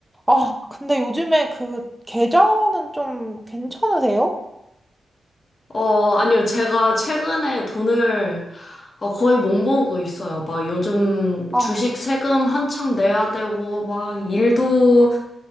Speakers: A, in the centre; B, on the left (about 40°).
A: 아, 근데 요즘에 그 계좌는 좀 괜찮으세요?
B: 어, 아니요. 제가 최근에 돈을 어, 거의 못 모으고 있어요. 막 요즘
A: 아,
B: 주식 세금 한창 내야 되고, 막 일도